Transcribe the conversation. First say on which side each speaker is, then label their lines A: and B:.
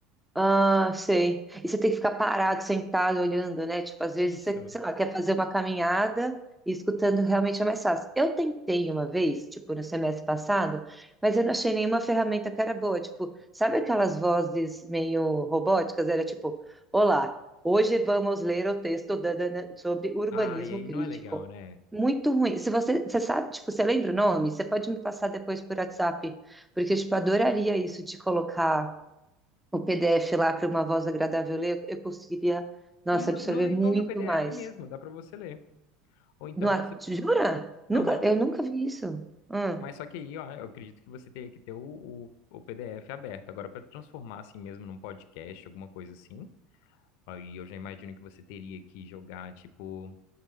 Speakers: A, in the centre; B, on the left.
A: Ah, sei. E você tem que ficar parado, sentado, olhando, né? Tipo, às
B: Isso.
A: vezes você, sei lá, quer fazer uma caminhada e escutando realmente é mais fácil. Eu tentei uma vez, tipo, no semestre passado, mas eu não achei nenhuma ferramenta que era boa. Tipo, sabe aquelas vozes meio robóticas? Era tipo, Olá, hoje vamos ler o texto da Dana sobre urbanismo
B: Ah, e aí
A: crítico.
B: não é legal, né?
A: Muito ruim. Se você, você sabe, tipo, você lembra o nome? Você pode me passar depois por WhatsApp, porque, tipo, adoraria isso de colocar o PDF lá para uma voz agradável ler, eu conseguiria, nossa,
B: Tem
A: absorver
B: o- no leitor
A: muito
B: do PDF
A: mais.
B: mesmo, dá para você ler. Ou então
A: Não, há-
B: você.
A: jura? Nunca,
B: Aham.
A: eu nunca vi isso. Ah,
B: Mas só que aí, ó, eu acredito que você teria que ter o, o, o PDF aberto. Agora, para transformar assim mesmo num podcast, alguma coisa assim, aí eu já imagino que você teria que jogar, tipo.